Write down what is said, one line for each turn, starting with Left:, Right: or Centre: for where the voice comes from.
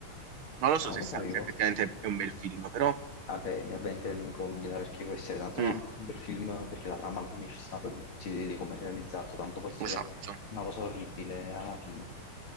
Right: Non lo
Left: non
Right: so se,
Left: lo
Right: sa-
Left: sapevo.
Right: se effettivamente è un bel film, però...
Left: Vabbè, vabbè, entra in incognita perché può essere tanto
Right: mm.
Left: una- un bel film, perché la trama alla fine ci sta, poi si vede come è realizzato, tanto può essere
Right: Esatto,
Left: una cosa orribile alla fine.